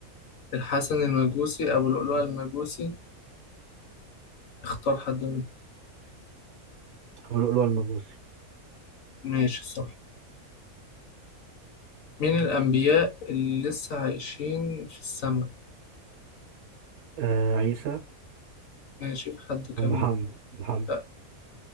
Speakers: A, on the left; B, on the right.
A: الحسن المجوسي أبو لؤلؤة المجوسي اختار حد منهم
B: ابو لؤلؤ المجوسي
A: ماشي صح مين الأنبياء اللي لسه عايشين في السماء
B: آه عيسى
A: ماشي في حد كمان
B: ومحمد محمد
A: لا